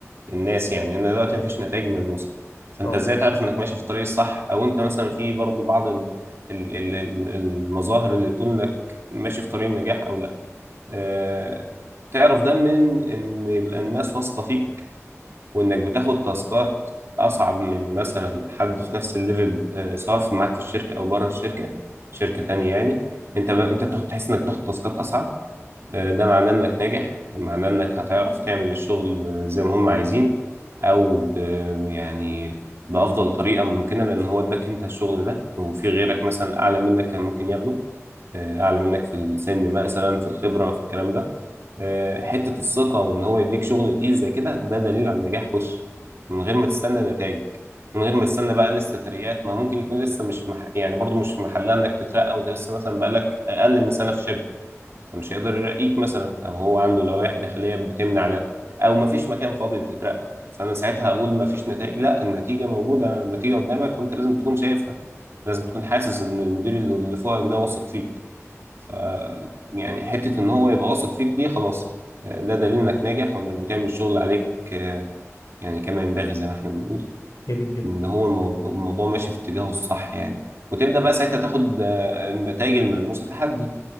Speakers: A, on the right (about 55°); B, on the left (about 75°).
A: الناس يعني إن دلوقتي مفيش نتائج ملموسة فأنت
B: اه
A: إزاي تعرف إنك ماشي في الطريق الصح أو أنت مثلا في برضو بعض ال... ال... ال... ال- المظاهر اللي تقول إنك ماشي في طريق النجاح أو لأ آه... تعرف ده من إن يبقى الناس واثقة فيك وانك بتاخد تاسكات اصعب من مثلا حد في نفس الليفل آه، سواء في- معاك في الشركه او بره الشركه شركه تانية يعني انت ب... انت بتاخد تحس انك بتاخد تاسكات اصعب آه، ده معناه انك ناجح معناه انك هتعرف تعمل الشغل آه، زي ما هم عايزين او ب... يعني بافضل طريقه ممكنه لان هو اداك انت الشغل ده وفي غيرك مثلا اعلى منك كان ممكن ياخده آه، اعلى منك في السن مثلا في الخبره في الكلام ده آه، حتة الثقة وإن هو يديك شغل تقيل زي كده ده دليل على النجاح وش من غير ما تستنى نتائج من غير ما تستنى بقى لسه ترقيات ما ممكن يكون لسه مش مح... يعني برضو مش في محلها إنك تترقى وأنت لسه مثلا بقالك أقل من سنة في شركة فمش هيقدر يرقيك مثلا أو هو عنده لوائح داخلية بتمنع ده أو مفيش مكان فاضي تترقى فأنا ساعتها هقول مفيش نتائج لا النتيجة موجودة النتيجة قدامك وأنت لازم تكون شايفها لازم تكون حاسس إن المدير اللي اللي فوقك ده واثق فيه ف يعني حتة إن هو يبقى واثق فيك دي خلاص ده دليل إنك ناجح وإنك بتعمل الشغل عليك آه، يعني كما ينبغي زي ما إحنا بنقول
B: جميل جدا
A: إن هو الموضوع, الموضوع ماشي في اتجاهه الصح يعني وتبدأ بقى ساعتها تاخد آه، النتائج الملموسة تحدي